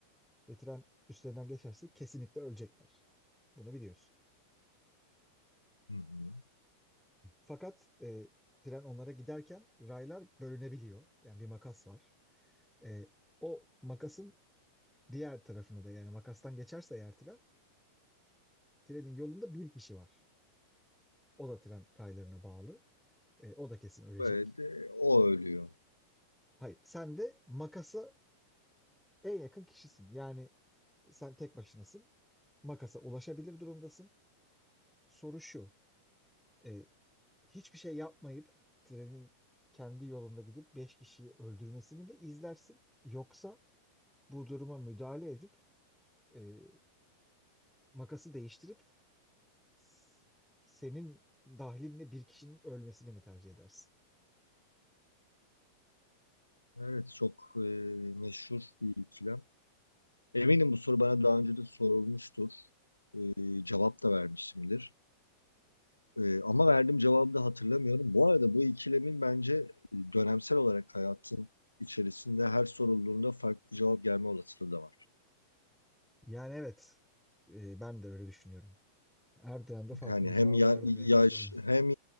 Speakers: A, in the centre; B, on the left (about 80°).
A: Ve tren üstlerinden geçerse kesinlikle ölecekler. Bunu biliyorsun.
B: Hı hı.
A: Fakat e, tren onlara giderken raylar bölünebiliyor. Yani bir makas var. E, o makasın diğer tarafını da yani makastan geçerse eğer tren, trenin yolunda bir kişi var. O da tren raylarına bağlı. E, o da kesin ölecek.
B: Böyle de o ölüyor.
A: Hayır, sen de makasa en yakın kişisin. Yani sen tek başınasın. Makasa ulaşabilir durumdasın. Soru şu. e, hiçbir şey yapmayıp trenin kendi yolunda gidip 5 kişiyi öldürmesini mi izlersin? Yoksa bu duruma müdahale edip e, makası değiştirip s- senin dahilinle bir kişinin ölmesini mi tercih edersin?
B: Evet çok e, meşhur bir ikilem. Eminim bu soru bana daha önce de sorulmuştur. E, cevap da vermişimdir. E, ama verdiğim cevabı da hatırlamıyorum. Bu arada bu ikilemin bence dönemsel olarak hayatın içerisinde her sorulduğunda farklı cevap gelme olasılığı da var.
A: Yani evet, e, ben de öyle düşünüyorum. Her dönemde farklı
B: Yani
A: bir
B: hem
A: cevabı
B: ya-
A: vardır
B: yaş
A: yani bu sorunun.
B: hem